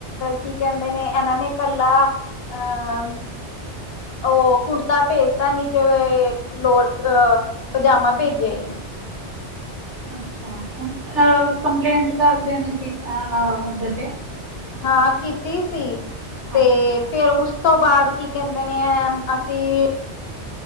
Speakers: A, on the left (about 60°); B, on the right (about 80°).
A: ਕੀ ਕਹਿੰਦੇ ਨੇ ਇਹਨਾਂ ਨੇ ਇਕੱਲਾ ਅਹ ਉਹ ਕੁੜਤਾ ਭੇਜਤਾ ਨੀਚੇ ਲੋਅਰ ਅ ਪਜਾਮਾ ਭੇਜਿਆ ਹੀ ਨਹੀ।
B: ਅੱਛਾ ਹੁਣ ਕੰਪਲੇਂਟ ਕਰ ਦੇਣੀ ਸੀ ਉਹਦੇ ਤੇ
A: ਹਾਂ ਕੀਤੀ ਸੀ। ਤੇ
B: ਅੱਛਾ
A: ਫਿਰ ਉਸ ਤੋਂ ਬਾਅਦ ਕੀ ਕਹਿੰਦੇ ਨੇ ਅਸੀਂ